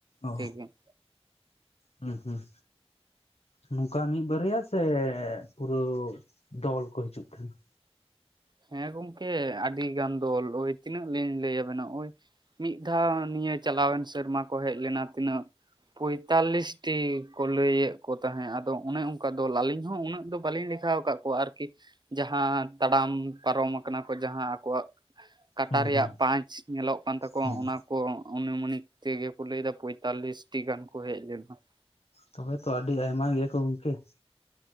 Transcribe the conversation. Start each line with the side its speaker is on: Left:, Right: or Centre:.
Left: ᱚ
Right: ᱛᱮᱜᱮ᱾
Left: ᱦᱩᱸ ᱦᱩᱸ ᱱᱚᱝᱠᱟ ᱢᱤᱫ ᱵᱟᱨᱭᱟ ᱥᱮ ᱯᱩᱨᱟᱹ ᱫᱚᱞ ᱠᱚ ᱦᱤᱡᱩᱜ ᱛᱟᱦᱮᱸᱱᱟ?
Right: ᱦᱮᱸ ᱜᱚᱝᱠᱮ ᱟᱹᱰᱤ ᱜᱟᱱ ᱫᱚᱞ ᱳᱭ ᱛᱤᱱᱟᱹᱜ ᱞᱤᱧ ᱞᱟᱹᱭᱟᱵᱮᱱᱟ ᱳᱭ ᱢᱤᱫ ᱫᱷᱟᱣ ᱱᱤᱭᱟᱹ ᱪᱟᱞᱟᱣᱮᱱ ᱥᱮᱨᱢᱟ ᱠᱚ ᱦᱮᱡ ᱞᱮᱱᱟ ᱛᱤᱱᱟᱹᱜ ᱯᱚᱭᱛᱟᱞᱞᱤᱥ ᱴᱤ ᱠᱚ ᱞᱟᱹᱭᱮᱫ ᱠᱚ ᱛᱟᱦᱮᱸᱫ ᱟᱫᱚ ᱚᱱᱮ ᱚᱝᱠᱟ ᱫᱚ ᱟᱹᱞᱤᱧ ᱦᱚᱸ ᱩᱱᱟᱹᱜ ᱫᱚ ᱵᱟᱹᱞᱤᱧ ᱞᱮᱼᱼ ᱠᱷᱟᱣ ᱠᱟᱫ ᱠᱚᱣᱟ ᱟᱨᱠᱤ ᱡᱟᱦᱟᱸ ᱛᱟᱲᱟᱢ ᱯᱟᱨᱚᱢ ᱟᱠᱟᱱᱟ ᱠᱚ ᱡᱟᱦᱟᱸ ᱟᱠᱚᱣᱟᱜ
Left: ᱦᱩᱸ
Right: ᱨᱮᱭᱟᱜ
Left: ᱦᱩᱸ
Right: ᱯᱟᱸᱪ ᱠᱟᱱ ᱛᱟᱠᱚᱣᱟ
Left: ᱦᱩᱸ
Right: ᱚᱱᱟ ᱠᱚ ᱚᱱᱢᱟᱱᱤᱠ ᱛᱮᱜᱮ ᱠᱚ ᱞᱟᱹᱭ ᱟᱫᱟ ᱯᱚᱸᱭᱛᱟᱞᱤᱥ ᱴᱤ ᱜᱟᱱ ᱠᱚ ᱦᱮᱡ ᱞᱮᱱᱟ ᱾
Left: ᱛᱚᱵᱮ ᱛᱚ ᱟᱹᱰᱤ ᱟᱭᱢᱟ ᱜᱮᱭᱟ ᱠᱚ ᱜᱚᱝᱠᱮ ᱾